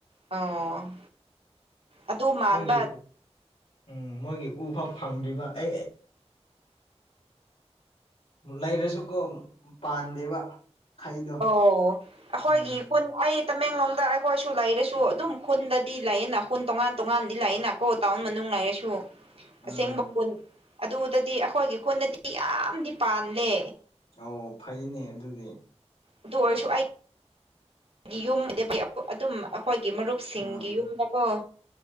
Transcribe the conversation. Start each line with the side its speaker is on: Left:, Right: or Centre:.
Right: ꯑꯣ ꯑꯗꯨ ꯃꯥꯟꯕ
Left: ꯃꯣꯏꯒꯤ ꯎꯝ ꯃꯣꯏꯒꯤ ꯎꯐꯥꯎ ꯐꯪꯗ꯭ꯔꯤꯕ ꯑꯩ ꯂꯩꯔꯁꯨꯀꯣ ꯄꯥꯟꯗꯦꯕ ꯍꯩꯗꯣ
Right: ꯑꯣ ꯑꯩꯈꯣꯏꯒꯤꯟ
Left: ꯎꯝ
Right: ꯑꯩ ꯇꯃꯦꯡꯂꯣꯡꯗ ꯑꯩꯈꯣꯏꯁꯨ ꯂꯩꯔꯁꯨ ꯑꯗꯨꯝ ꯈꯨꯟꯗꯗꯤ ꯂꯩꯑꯦꯅ ꯈꯨꯟ ꯇꯣꯉꯥꯟ ꯇꯣꯉꯥꯟꯗꯤ ꯂꯥꯛꯑꯦꯅ ꯀꯣ ꯇꯥꯎꯟ ꯃꯅꯨꯡ ꯂꯩꯔꯁꯨ
Left: ꯎꯝ
Right: ꯑꯁꯦꯡꯕ ꯈꯨꯨꯟ ꯑꯗꯨꯗꯗꯤ ꯑꯩꯈꯣꯏꯒꯤ ꯈꯨꯟꯗꯗꯤ ꯌꯥꯝꯗꯤ ꯄꯥꯟꯗꯦ
Left: ꯑꯣ ꯐꯩꯅꯦ ꯑꯗꯨꯗꯤ
Right: ꯑꯗꯨ ꯑꯣꯏꯔꯁꯨ ꯑꯩꯒꯤ ꯌꯨꯝ ꯌꯣꯃꯗꯕꯤ ꯑꯗꯨꯝ ꯑꯩꯈꯣꯏꯒꯤ ꯃꯔꯨꯞꯁꯤꯡꯒꯤ
Left: ꯎꯝ
Right: ꯌꯨꯝꯗꯀꯣ